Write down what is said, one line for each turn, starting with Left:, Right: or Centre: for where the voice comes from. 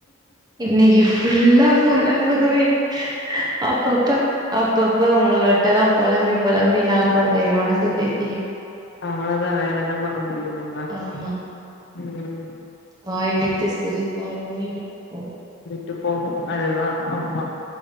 Right: இன்னைக்கு ஃபுல்லா பொலம்பு வே அப்பப்ப அப்பப் ப உங்களகிட்டலா பொலம்பி பொலம்பி நா கொஞ்ச எ மனச தேத்
Left: அவளதா வேற என்ன பண்ண முடியு நம்ம
Right: ஆமா
Left: ம்
Right: வாய் விட்டு சிரித்தால் நோய் விட்டு போகு
Left: விட்டு போகும் அதுதா ஆமா